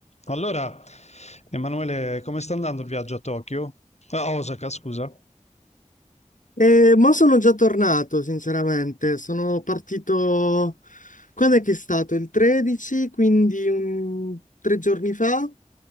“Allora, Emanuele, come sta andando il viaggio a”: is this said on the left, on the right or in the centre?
Left